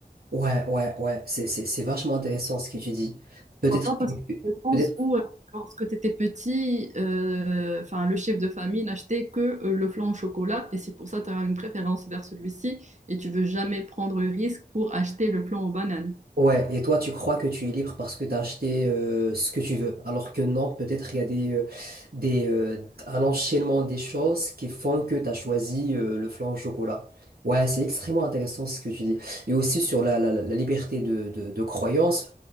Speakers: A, on the right; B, on the right.
A: ouais, ouais, ouais. C'est, c'est, c'est vachement intéressant ce que tu dis. Peut-être
B: pourquoi pas,
A: que,
B: parce que je pense
A: peut-être
B: où, euh, lorsque tu étais petit, euh, enfin, le chef de famille n'achetait que euh, le flan au chocolat, et c'est pour ça que tu as une préférence vers celui-ci, et tu veux jamais prendre le risque pour acheter le flan aux bananes.
A: Ouais, et toi, tu crois que tu es libre parce que tu as acheté euh, ce que tu veux, alors que non, peut-être il y a des, euh, des, euh, un enchaînement des choses qui font que tu as choisi euh, le flan au chocolat. Ouais, c'est extrêmement intéressant ce que tu dis. Et aussi sur la, la, la liberté de, de, de croyance,